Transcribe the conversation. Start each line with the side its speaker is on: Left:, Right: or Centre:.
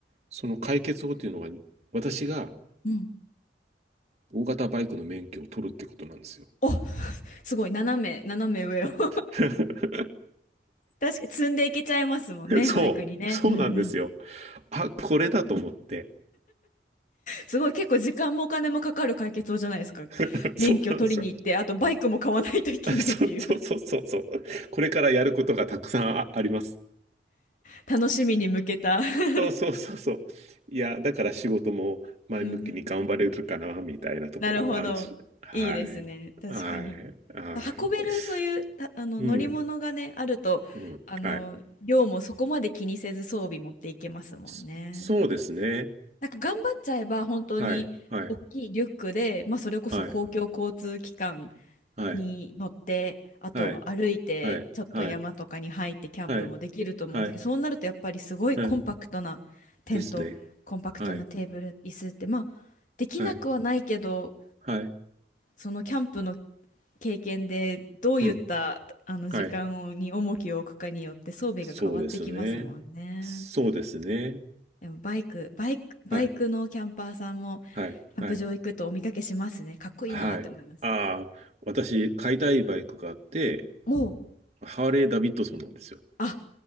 Right: その解決法っていうのが、私が
Left: うん。
Right: 大型バイクの免許を取るってことなんですよ。
Left: お、<laughs> すごい。斜め、斜め上を <laughs>
Right: <laughs>
Left: 確かに積んでいけちゃいますもんね、
Right: そう、
Left: バイクにね。
Right: そうなんですよ。
Left: うん、うん。
Right: あ、これだと思って。
Left: すごい結構時間もお金もかかる解決法じゃないですか。
Right: <laughs>
Left: 免許取りに行って、
Right: そうなんですよ。
Left: あとバイクも買わないといけないっていう
Right: <laughs> あそうそうそうそうそう。
Left: <laughs>
Right: これからやることがたくさんああります。
Left: 楽しみに向けた <laughs>
Right: そうそうそうそう。いや、だから仕事も前向きに頑張れるかな、
Left: うんうん。
Right: みたいなところもあるし。
Left: なるほど。
Right: はい。
Left: いいですね。確かに。
Right: はい。はい。
Left: 運べるそういうたあの乗り物がね、
Right: うん。
Left: あると、
Right: うん。
Left: あの、
Right: はい。
Left: 量もそこまで気にせず装備持っていけますもんね。
Right: そそうですね。
Left: なんか頑張っちゃえば本当に大きいリュックで、
Right: はい。はい。
Left: まあそれこそ公共交通機関
Right: はい。はい。
Left: に乗って、あとは歩いて、
Right: はい。はい。
Left: ちょっと山とかに入ってキャンプもできると思うんだけど、
Right: はい。はい。はい。
Left: そうなるとやっぱりすごいコンパクトなテント、
Right: はいですね。
Left: コンパクトなテーブル、
Right: はい。
Left: 椅子って、まあ、できなくはないけど、
Right: はい。はい。
Left: そのキャンプの経験でどういったあの時間をに重きを置くかによって装備が変わってきますもんね。
Right: うん。はい。そうですね。そうですね。
Left: でもバイク、バイク、バイクのキャンパーさんも
Right: はい。はい。
Left: キャンプ場行くとお見かけしますね。
Right: はい。
Left: かっこいいなって思います。
Right: はい。ああ、私、買いたいバイクがあって、
Left: もう。
Right: ハーレー・ダビッドソンなんですよ。
Left: あ、